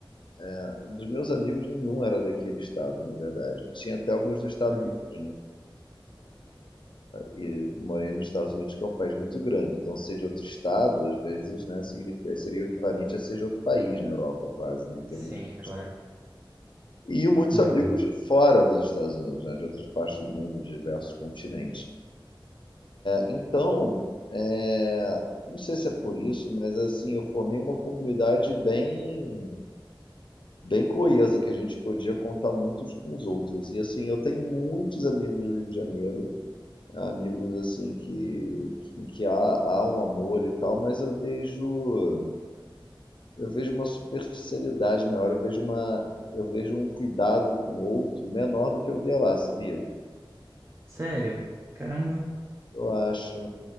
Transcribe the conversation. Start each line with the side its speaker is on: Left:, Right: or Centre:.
Left: é, dos meus amigos, nenhum era daquele estado, na verdade. Tinha até alguns do estado
Right: Hum,
Left: vizinho. E morei nos Estados Unidos, que é um país muito grande. Então, ser de outro estado, às vezes, né, significa- seria o equivalente a ser de outro país na Europa, quase, né, em termos
Right: sim,
Left: de.
Right: claro.
Left: E muitos
Right: Uhum.
Left: amigos de fora dos Estados Unidos, né, de outras partes do mundo, de diversos continentes. Então, é, não sei se é por isso, mas assim, eu formei uma comunidade bem, bem coesa, que a gente podia contar muito com os outros. E assim, eu tenho muitos amigos do Rio de Janeiro, amigos assim que, que, que há, há um amor e tal, mas eu vejo, eu vejo uma superficialidade maior, eu vejo uma, eu vejo um cuidado com o outro menor do que eu via lá, sabia?
Right: Sério? Caramba,
Left: Eu acho.